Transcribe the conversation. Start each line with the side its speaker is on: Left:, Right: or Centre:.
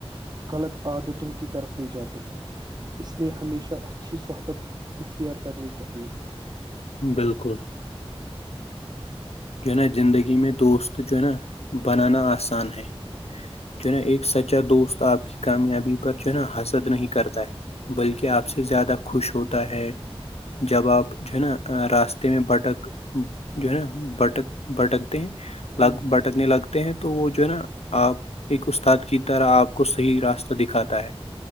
Right: غلط عادتوں کی طرف لے جاتے ہیں اس لیے ہمیشہ اچھی صحبت اختیار کرنی چاہیے
Left: بالکل جو نا زندگی میں دوست جو ہے نا بنانا آسان ہے جو ہے نا ایک سچا دوست آپ کی کامیابی پر جو ہے نا حسد نہیں کرتا ہے بلکہ آپ سے زیادہ خوش ہوتا ہے جب آپ جو ہے نا راستے میں بھٹک جو ہے نا بھٹک بھٹکتے ہیں
Right: ام،
Left: لگ بھٹکنے لگتے ہیں تو وہ جو ہے نا آپ ایک استاد کی طرح آپ کو صحیح راستہ دکھاتا ہے